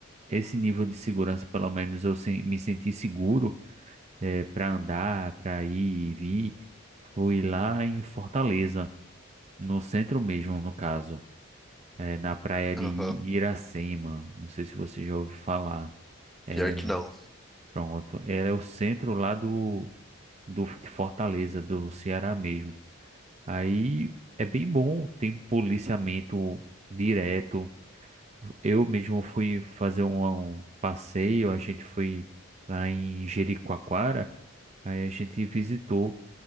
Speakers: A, on the right; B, in the centre.
A: esse nível de segurança, pelo menos eu se- me senti seguro é, para andar, para ir e vir, fui lá em Fortaleza, no centro mesmo, no caso. é, na praia de
B: Aham,
A: I- Iracema. Não sei se você já ouviu falar. É,
B: pior que não.
A: pronto. É o centro lá do, do, de Fortaleza, do Ceará mesmo. Aí é bem bom, tem policiamento direto. Eu mesmo fui fazer um, um passeio, a gente foi lá em Jericoacoara, aí a gente visitou